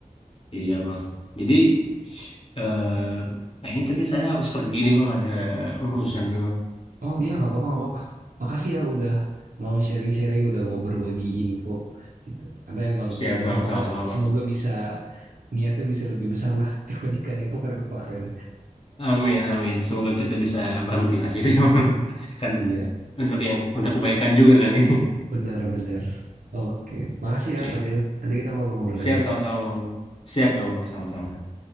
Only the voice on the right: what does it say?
Oh iya, nggak apa-apa, nggak apa-apa. Makasih ya udah mau sharing-sharing, udah mau berbagi info gitu. Karena emang
ya
semoga
semoga
bisa niatnya bisa lebih besar lah <laughs> dibandingkan yang kemarin-kemarin.
Iya,
benar-benar. Oke, makasih
ya Fadil. Nanti kita ngobrol-ngobrol
lagi.